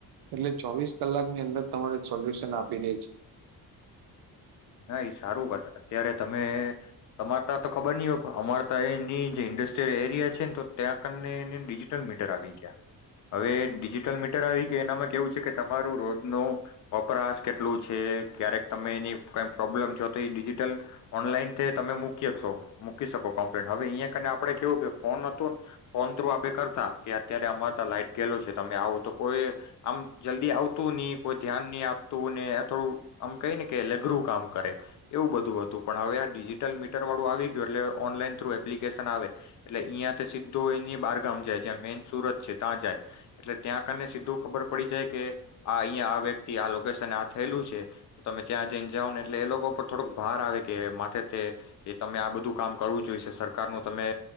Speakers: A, on the right; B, on the left.
A: એટલે ચોવીસ કલાકની અંદર તમારે સોલ્યુશન આપ પી દે છે.
B: ના ઈ સારું વાત <unintelligible> અત્યારે તમે તમાર તા તો ખબર નહી હોય અમાર તા એની જે ઇન્ડસ્ટ્રીયલ એરિયા છે ને તો ત્યાં તને એને ડિજિટલ મીટર આવી ગયા. હવે ડિજિટલ મીટર આવી ગયા એનામાં કેવું છે કે તમારું રોજનો વપરાશ કેટલું છે, ક્યારેક તમે એની કાઈ પ્રોબ્લેમ થયો તો એ ડિજીિટલ ઓનલાઈનથી તમે મૂકી હકશો મૂકી શકો કમ્પ્લેન. હવે અહીંયાને આપણે કેવું કે ફોન હતુંન, ફોન થ્રુ આપણે કરતા કે અત્યારે અમાર તા લાઈટ ગયેલું છે, તમે આવો તો કોઈ આમ જલ્દી આવ તું ની કોઈ ધ્યાન નહીં આપતું ને થોડું આમ કહી ને કે લેઘરું કામ કરે, એવું બધું હતું. પણ હવે આ ડિજિટલ મીટર વાળું આવી ગયું એટલે ઓનલાઈન થ્રુ એપ્લિકેશન આવે એટલે ઈયાથે સીધું એની બારગામ જાય જે મેઈન સુરત છે. તા જાય એટલે ત્યાં કને સીધું ખબર પડી જાય કે આ અહીંયા આ વ્યક્તિ આ લોકેશન આ થયેલું છે, તમે ત્યાં જઈને જાઓ ને એટલે એ લોકો પર થોડુંક ભાર આવે કે માથે છે કે તમે આ બધું કામ કરવું જોઈશે. સરકારનું તમે